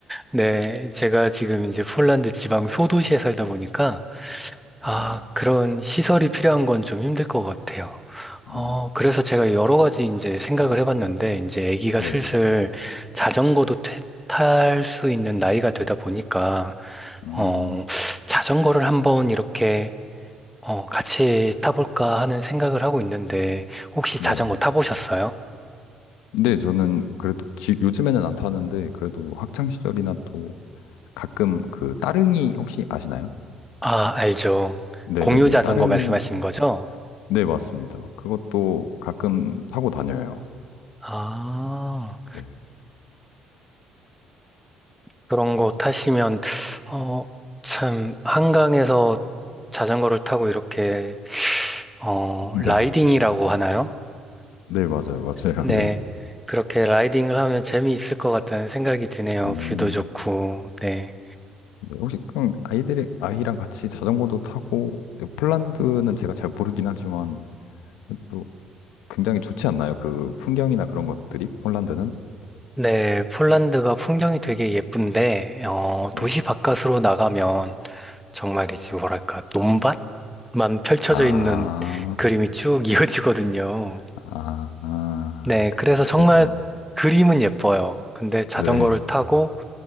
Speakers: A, in the centre; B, on the left.
A: 네, 제가 지금 이제 폴란드 지방 소도시에 살다 보니까, 아,
B: 어,
A: 그런 시설이 필요한 건 좀 힘들 것 같아요. 어,
B: 음,
A: 그래서 제가 여러 가지 이제 생각을 해봤는데, 이제 아기가
B: 네.
A: 슬슬 자전거도 탈 수 있는 나이가 되다 보니까,
B: 음,
A: 어, 자전거를 한번 이렇게, 어, 같이 타볼까 하는 생각을 하고 있는데, 혹시 자전거
B: 네.
A: 타보셨어요?
B: 근데 저는 그래도, 지, 요즘에는 안 타는데, 그래도 학창 시절이나 또 가끔 그 따릉이 혹시 아시나요?
A: 아, 알죠.
B: 네네네.
A: 공유 자전거
B: 따릉이.
A: 말씀하시는 거죠?
B: 네, 맞습니다. 그것도 가끔 타고 다녀요.
A: 아.
B: 네.
A: 그런 거
B: 그것도-
A: 타시면, 어, 참, 한강에서 자전거를 타고 이렇게, 어,
B: <laughs>
A: 라이딩이라고
B: 네.
A: 하나요?
B: 네, 맞아요. 맞아요.
A: 네.
B: <laughs>
A: 그렇게 라이딩을 하면 재미있을 것 같다는 생각이 드네요.
B: 음.
A: 뷰도 좋고, 네.
B: 네, 혹시 그럼 아이들이 아이랑 같이 자전거도 타고 네, 폴란드는 제가 잘 모르긴 하지만 또 굉장히 좋지 않나요? 그 풍경이나 그런 것들이 폴란드는?
A: 네, 폴란드가 풍경이 되게 예쁜데, 어,
B: 네.
A: 도시 바깥으로 나가면 정말이지, 뭐랄까, 논밭만 펼쳐져
B: 아.
A: 있는 그림이 쭉 <laughs> 이어지거든요.
B: 아. 아.
A: 네,
B: 그,
A: 그래서
B: 그래서
A: 정말 그림은 예뻐요. 근데 자전거를
B: 네.
A: 타고